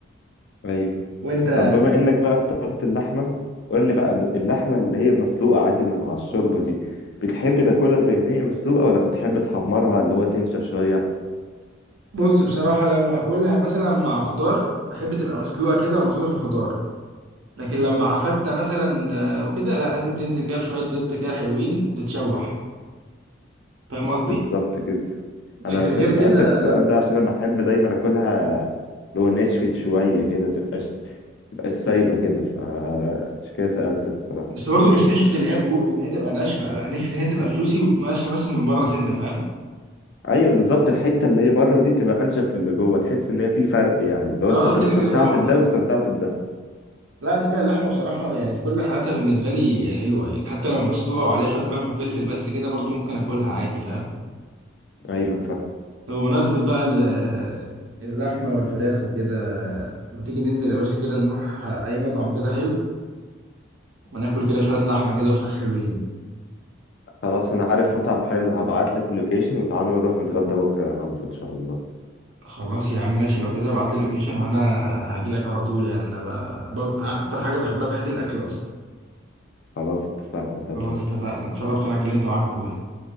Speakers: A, on the left; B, on the right.
A: ايوه
B: وانت
A: طب بما انك بقى اخترت اللحمة قول لي بقى ب- اللحمة اللي هي مسلوقة عادي اللي مع الشوربة دي بتحب تاكلها زي ما هي مسلوقة ولا بتحب تحمرها اللي هو تنشف شوية
B: بص بصراحه لو هاكلها مثلا مع خضار بحب تبقى مسلوقه كده ومحطوطه في الخضار لكن لو مع فته مثلا آه، وكده لا لازم تنزل كده بشويه زبده كده حلوين وتتشوح فاهم قصدي
A: بالظبط كده
B: لكن
A: انا ش-
B: غير
A: سألتك
B: كده
A: السؤال
B: لا
A: ده عشان انا بحب دايما اكلها اللي هو نشفت شويه كده تبقاش تبقاش سايبه كده فعشان كده سألتك الصراحه
B: بس برضه مش نشفة اللي هي بو... اللي هي تبقى ناشفة لا نشفة اللي هي تبقى جوسي وناشفة بس من بره سنة فاهم
A: ايوه بالظبط الحته اللي هي بره دي تبقى انشف في اللي جوه تحس ان هي في فرق يعني لو
B: اه
A: انت
B: اه كده
A: استمتعت
B: كده طبعا
A: بده
B: آه.
A: واستمتعت بده
B: لا كده كده اللحمة بصراحة يعني في كل حالاتها بالنسبة لي حلوة يعني حتى لو مسلوقة وعليها شوية ملح وفلفل بس كده برضه ممكن اكلها عادي فاهم
A: ايوه فاهم
B: طب بمناسبة بقى ال- اللحمة والفراخ وكده ما تيجي ننزل يا باشا كده نروح اي مطعم كده حلو وناكل كده شوية لحمة كده وفراخ حلوين
A: خلاص انا عارف مطعم حلو هبعت لك اللوكيشن وتعالى نروح نتغدى بكره عنده ان شاء الله
B: خلاص يا عم ماشي لو كده ابعت لي اللوكيشن وانا هجيلك على طول يعني انا ب... ب... اكتر حاجة بحبها في حياتي الاكل اصلا
A: خلاص اتفقنا تمام
B: خلاص اتفقنا اتشرفت انا كلمت معاك والله